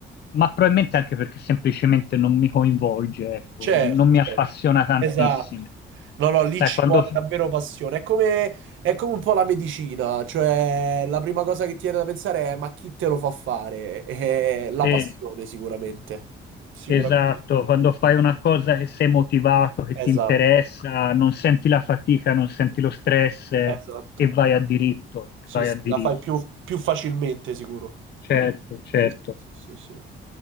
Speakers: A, on the left; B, on the right.
A: ma probabilmente anche perché semplicemente non mi coinvolge, ecco,
B: Certo,
A: non, non mi
B: certo.
A: appassiona tantissimo.
B: Esatto. No, no, lì
A: Sai,
B: ci
A: quando,
B: vuole davvero passione. È come, è come un po' la medicina, cioè la prima cosa che ti viene da pensare è ma chi te lo fa fare? <laughs> È la
A: sì,
B: passione, sicuramente. Sicuramente.
A: esatto, quando fai una cosa che sei motivato, che
B: Esatto,
A: ti interessa, non senti la fatica, non senti lo stress eh,
B: esatto.
A: e vai a diritto, e
B: Sì,
A: vai
B: sì,
A: a diritto.
B: la fai più, più facilmente, sicuro.
A: certo, certo.
B: Sì, sì, sì, sì.